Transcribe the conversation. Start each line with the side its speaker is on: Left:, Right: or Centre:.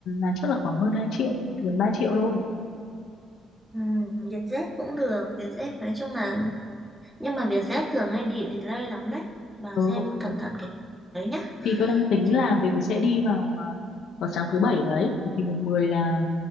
Left: là chắc là khoảng hơn 2 triệu, gần 3 triệu thôi.
Centre: Ừ, Vietjet cũng được. Vietjet nói chung là... Nhưng mà Vietjet thường hay đi delay lắm đấy. Bà
Left: Ừ.
Centre: xem cẩn thận cái đấy nhá.
Left: thì tôi đang tính
Centre: Chứ...
Left: là mình sẽ đi vào à, vào sáng thứ bảy đấy thì mùng 10 là